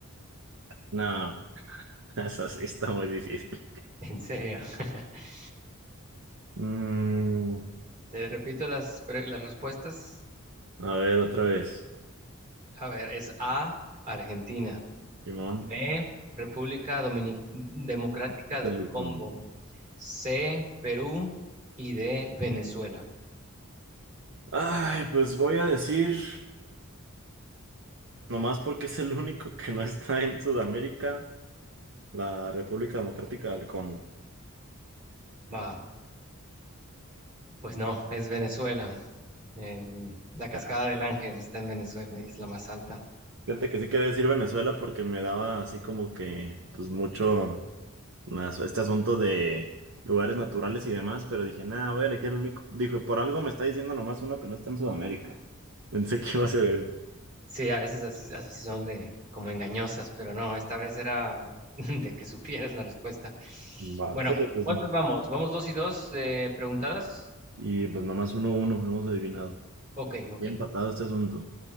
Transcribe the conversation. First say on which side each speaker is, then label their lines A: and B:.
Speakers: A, on the right; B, on the right.
A: No, <laughs> esa sí está muy difícil.
B: En serio. <laughs>
A: Mm.
B: Te repito las, pre- las respuestas.
A: A ver, otra vez.
B: A ver, es A, Argentina.
A: Simón.
B: B, República Dominic- Democrática
A: Quitando
B: del
A: el
B: Congo.
A: cono.
B: C, Perú y D, Venezuela.
A: Ay, pues voy a decir, nomás porque es el único <laughs> que no está en Sudamérica, la República Democrática del Congo.
B: Va, pues no, es Venezuela. Eh, la Cascada
A: Claro.
B: del Ángel está en Venezuela y es la más alta.
A: Fíjate que sí quería decir Venezuela porque me daba así como que, pues mucho más este asunto de lugares naturales y demás, pero dije, nada, voy a elegir el único. Dijo, por algo me está diciendo nomás uno que no está en Sudamérica. Pensé que iba a ser ese.
B: Sí, a veces así, así son de como engañosas, pero no, esta vez era <laughs> de que supieras la respuesta.
A: Va.
B: Bueno,
A: Sí, pues
B: ¿cuántas
A: sí.
B: vamos? ¿Vamos dos y dos eh, preguntadas?
A: Y pues nomás uno, uno, hemos adivinado.
B: Ok, ok.
A: Bien empatado este asunto.